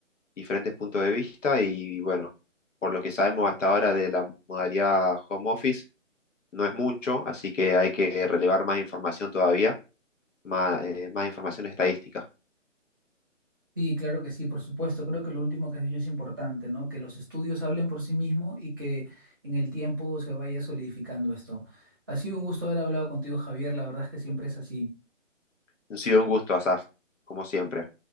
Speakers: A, on the left (about 70°); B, on the right (about 15°).
A: diferentes puntos de vista y bueno, por lo que sabemos hasta ahora de la modalidad home office, no es mucho, así que hay que relevar más información todavía, más, eh, más información estadística.
B: Sí, claro que sí, por supuesto. Creo que lo último que has dicho es importante, ¿no? Que los estudios hablen por sí mismos y que en el tiempo se vaya solidificando esto. Ha sido un gusto haber hablado contigo, Javier. La verdad es que siempre es así.
A: Ha sido un gusto, Asaf, como siempre.